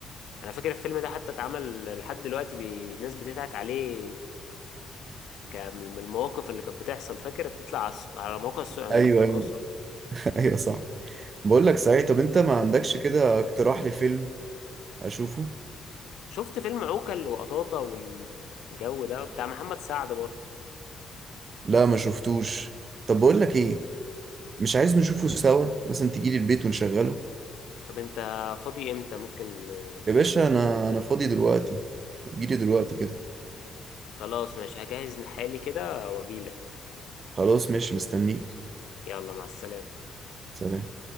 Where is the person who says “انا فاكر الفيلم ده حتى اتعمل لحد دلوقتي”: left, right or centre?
Left